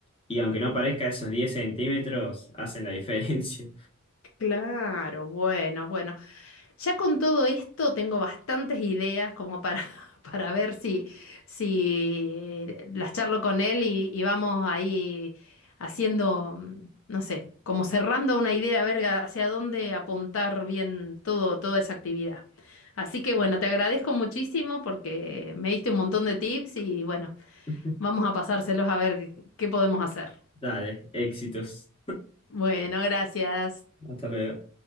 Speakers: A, on the left (about 25°); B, on the left (about 65°).
A: Y aunque no parezca, esos 10 centímetros hacen la diferencia.
B: Claro, bueno, bueno. Ya con todo esto tengo bastantes ideas como para, <laughs> para ver si, si las charlo con él y, y vamos ahí haciendo, mm, no sé, como cerrando una idea, a ver hacia dónde apuntar bien todo, toda esa actividad. Así que bueno, te agradezco muchísimo porque me diste un montón de tips y bueno,
A: <laughs>
B: vamos a pasárselos a ver qué podemos hacer.
A: Dale, éxitos.
B: Bueno, gracias.
A: Hasta luego.